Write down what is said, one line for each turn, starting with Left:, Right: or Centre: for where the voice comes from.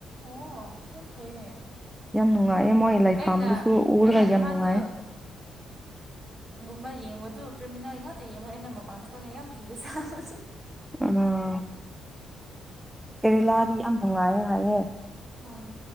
Right: ꯑꯣ ꯌꯥꯝ ꯐꯩꯌꯦ
Centre: ꯌꯥꯝ ꯅꯨꯡꯉꯥꯏꯌꯦꯦ ꯃꯣꯏ ꯂꯥꯏꯐꯝꯥꯝꯗꯨꯁꯨ
Right: ꯑꯩꯅ
Centre: ꯎꯔꯒ
Right: ꯑꯩꯅ
Centre: ꯌꯥꯝ
Right: ꯅꯍꯥꯟꯗꯣ
Centre: ꯅꯨꯡꯉꯥꯏ
Right: ꯑꯃ ꯌꯦꯡꯕꯗꯨ ꯀ꯭ꯔꯤꯃꯤꯅꯦꯜ ꯉꯥꯛꯇ ꯌꯦꯡꯉꯣ ꯑꯩꯅ ꯃꯄꯥꯟ ꯊꯣꯛꯉꯒ ꯌꯥꯝ ꯀꯤꯕ ꯆꯥꯕ
Centre: ꯑ ꯀꯦꯔꯦꯂꯥꯗꯤ ꯌꯥꯝ ꯅꯨꯡꯉꯥꯏꯌꯦ ꯍꯥꯏꯌꯦꯦ
Right: ꯑꯥ